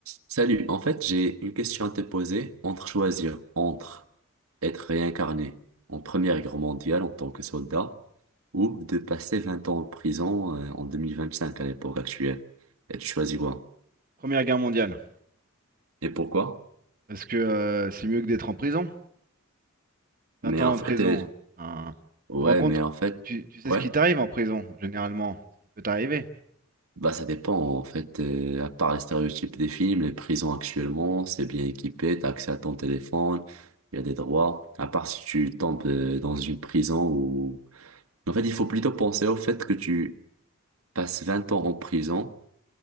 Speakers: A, on the right; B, on the right.
A: Salut, en fait, j'ai une question à te poser entre choisir entre être réincarné en Première Guerre mondiale en tant que soldat ou de passer 20 ans en prison euh, en 2025 à l'époque actuelle. Et tu choisis quoi?
B: Première Guerre mondiale.
A: Et pourquoi?
B: Parce que euh, c'est mieux que d'être en prison.
A: Mais
B: 20 ans
A: en
B: en
A: fait,
B: prison.
A: euh,
B: hein.
A: ouais,
B: Tu te rends compte,
A: mais en fait,
B: tu, tu sais
A: ouais,
B: ce qui t'arrive en prison, généralement, ce qui peut t'arriver.
A: bah ça dépend. En fait, euh, à part les stéréotypes des films, les prisons actuellement, c'est bien équipé, t'as accès à ton téléphone, il y a des droits. À part si tu tombes euh, dans une prison où En fait, il faut plutôt penser au fait que tu passes 20 ans en prison